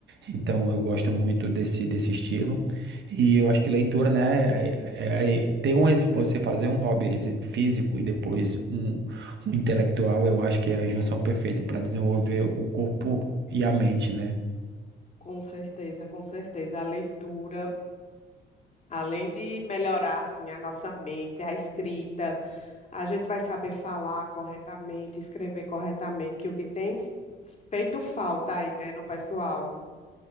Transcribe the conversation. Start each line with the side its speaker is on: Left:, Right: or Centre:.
Right: Então, eu gosto muito desse, desse estilo. E eu acho que leitura, né? É, é- é ter um, ex- você fazer um hobby exi- físico e depois um o intelectual, eu acho que é a junção perfeita para desenvolver o corpo e a mente, né?
Left: Com certeza, com certeza. A leitura, além de melhorar assim a nossa mente, a escrita, a gente vai saber falar corretamente, escrever corretamente, que o que tem feito falta aí, né, no pessoal.